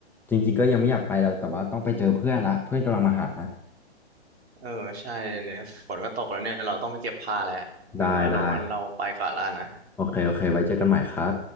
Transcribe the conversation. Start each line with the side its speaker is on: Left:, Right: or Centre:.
Centre: จริงๆก็ยังไม่อยากไปแล้วแต่ว่าต้องไปเจอเพื่อนละเพื่อนกำลังมาหา
Right: เออใช่เนี่ยฝนก็ตกแล้วเนี่ยเราต้องไปเก็บผ้าแล้วงั้นว่าเรางั้นเราไปก่อนแล้วนะ
Centre: ได้ได้ โอเค โอเค ไว้เจอกันใหม่ครับ